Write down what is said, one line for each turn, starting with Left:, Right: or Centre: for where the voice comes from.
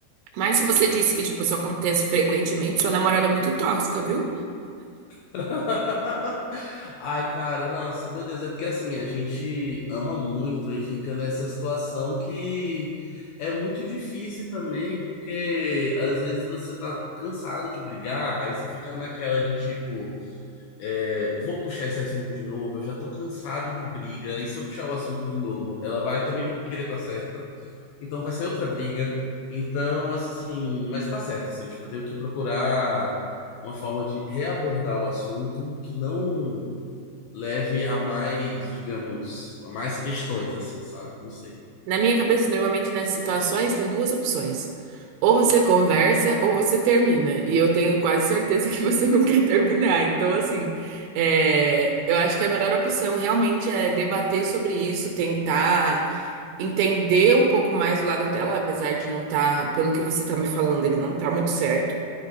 Right: Mas se você disse que, tipo, isso acontece frequentemente, sua namorada é muito tóxica, viu?
Left: <laughs> Ai, cara, nossa, meu Deus, é porque assim, a gente ama muito e fica nessa situação que é muito difícil também, porque às vezes você tá cansado de brigar, aí você fica naquela de tipo, é, vou puxar esse assunto de novo, eu já tô cansado de briga, e se eu puxar o assunto de novo, ela vai também querer estar certa. Então vai ser outra briga. Então, assim, mas tá certo, assim, tipo, eu tenho que procurar uma forma de reabordar o assunto que não leve a mais, digamos, a mais questões, assim, sabe? Não sei.
Right: Na minha cabeça, normalmente nessas situações tem duas opções. Ou você conversa ou você termina. E eu tenho quase certeza que você <laughs> não quer terminar. Então, assim, é, eu acho que a melhor opção realmente é debater sobre isso, tentar entender um pouco mais o lado dela, apesar de não estar, pelo que você tá me falando, ele não tá muito certo.